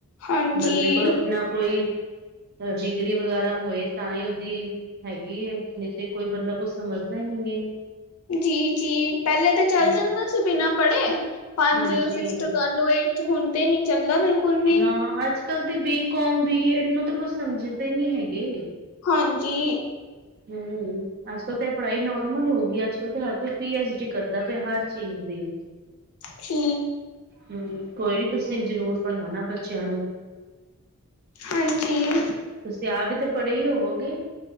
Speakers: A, on the left (about 85°); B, on the right (about 45°).
A: ਹਾਂਜੀ
B: ਬੰਦੇ ਕੋਲ ਅਪਨਾ ਕੋਈ ਡਿਗਰੀ ਵਗੈਰਾ ਹੋਏ ਤਾਈ ਉਹਦੀ ਹੈਗੀ ਏ ਨਈ ਤੇ ਕੋਈ ਬੰਦਾ ਕੁਛ ਸਮਝਦਾ ਈ ਨਈ ਏ।
A: ਜੀ ਜੀ, ਪਹਿਲੇ ਤੇ
B: ਹੈ
A: ਚੱਲ ਜਾਂਦਾ ਸੀ ਬਿਨਾਂ ਪੜ੍ਹੇ ਪੰਜ
B: ਹਾਂਜੀ
A: ਫਿਫਥ ਕਰ ਲਓ ਏ ਹੁਨ ਤੇ ਨੀ ਚੱਲਦਾ ਬਿਲਕੁਲ ਵੀ
B: ਨਾ ਅੱਜ ਕੱਲ ਤੇ ਬੀਕੌਮ, ਬੀਏਡ ਨੂੰ ਤੇ ਕੁਛ ਸਮਝਦੇ ਨੀ ਹੈਗੇ
A: ਹਾਂਜੀ
B: ਹਮ, ਅੱਜ ਕਲ ਤੇ ਏ ਪੜ੍ਹਾਈ ਨੋਰਮਲ ਹੋ ਗੀ ਏ ਅੱਜ ਕਲ ਤੇ ਹਰ ਕੋਈ ਪੀ ਐਚ ਡੀ ਕਰਦਾ ਪਿਆ ਹਰ ਚੀਜ਼ ਦੀ
A: ਠੀ
B: ਹਮ, ਕੋਈ ਨੀ ਤੁਸੀਂ ਜ਼ਰੂਰ ਪੜ੍ਹਾਉਣਾ ਬੱਚਿਆਂ ਨੂੰ।
A: ਹਾਂਜੀ।
B: ਤੁਸੀਂ ਆਪ ਵੀ ਤਾਂ ਪੜ੍ਹੇ ਹੀ ਹੋਵੋਗੇ।